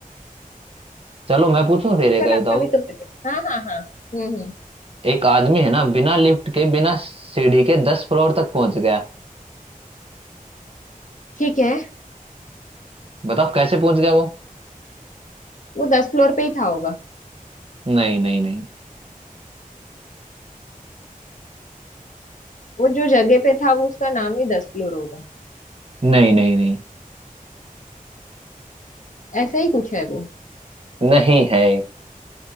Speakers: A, on the right; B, on the left.
A: चलो मैं पूछूं फिर एक
B: चलो
A: बताओ
B: अभी तुम पूछो हाँ हाँ हाँ हम्म हम्म
A: एक आदमी है ना बिना लिफ्ट के बिना सीढ़ी के दस फ्लोर तक पहुंच गया
B: ठीक है
A: बताओ कैसे पहुंच गया वो
B: वो दस फ्लोर पे ही था होगा
A: नहीं नहीं नहीं
B: वो जो जगह पे था वो उसका नाम ही दस फ्लोर होगा
A: नहीं नहीं नहीं
B: ऐसा ही कुछ है वो
A: नहीं है